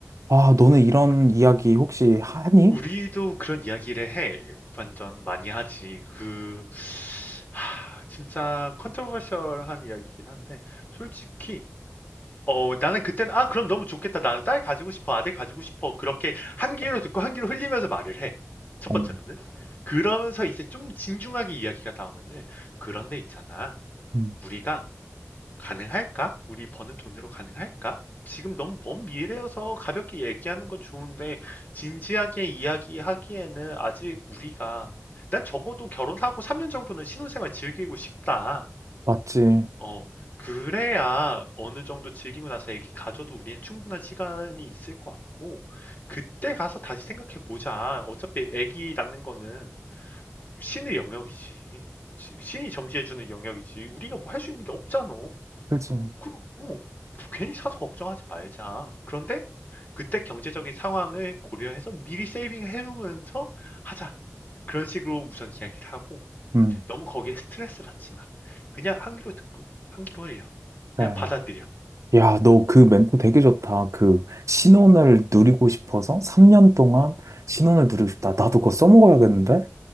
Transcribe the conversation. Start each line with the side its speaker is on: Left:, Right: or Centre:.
Right: 아,
Left: 음,
Right: 너는 이런 이야기 혹시 하니?
Left: 우리도 그런 이야기를 해. 완전 많이 하지. 그, 하, 진짜 컨트로버셜한 이야기이긴 한데, 솔직히 어, 나는 그때는, 아, 그럼 너무 좋겠다. 나는 딸 가지고 싶어. 아들 가지고 싶어. 그렇게 한 귀로 듣고 한 귀로 흘리면서 말을 해. 첫
Right: 어,
Left: 번째로는. 그러면서 이제 좀 진중하게 이야기가 나오면은, 그런데 있잖아.
Right: 음,
Left: 우리가 가능할까? 우리 버는 돈으로 가능할까? 지금 너무 먼 미래여서 가볍게 얘기하는 건 좋은데, 진지하게 이야기하기에는 아직 우리가, 난 적어도 결혼하고 3년 정도는 신혼생활 즐기고 싶다.
Right: 맞지.
Left: 어, 그래야 어느 정도 즐기고 나서 애기 가져도 우리는 충분한 시간이 있을 것 같고, 그때 가서 다시 생각해 보자. 어차피 애기 낳는 거는 신의 영역이지. 시- 신이 점지해주는 영역이지. 우리가 뭐 할 수 있는 게 없잖아.
Right: 그지.
Left: 그, 어, 괜히 사서 걱정하지 말자. 그런데 그때 경제적인 상황을 고려해서 미리 세이빙 해놓으면서 하자. 그런 식으로 우선 이야기를 하고,
Right: 음,
Left: 너무 거기에 스트레스 받지 마. 그냥 한 귀로 듣고 한 귀로 흘려.
Right: 그래.
Left: 그냥 받아들여.
Right: 야,
Left: 어,
Right: 너 그 멘트 되게 좋다. 그 신혼을 누리고 싶어서 3년
Left: 어,
Right: 동안
Left: 어.
Right: 신혼을 누리고 싶다. 나도 그거 써먹어야겠는데?